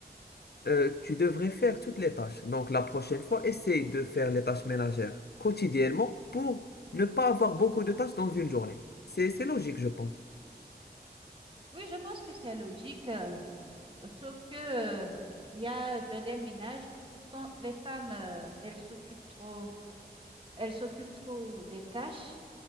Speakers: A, on the left (about 70°); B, on the right (about 30°).
A: euh, tu devrais faire toutes les tâches. Donc la prochaine fois, essaye de faire les tâches ménagères quotidiennement pour ne pas avoir beaucoup de tâches dans une journée. C'est, c'est logique, je pense.
B: Oui, je pense que c'est logique, euh, sauf que, euh, il y a dans des ménages, quand les femmes, euh, elles s'occupent trop, elles s'occupent trop des tâches,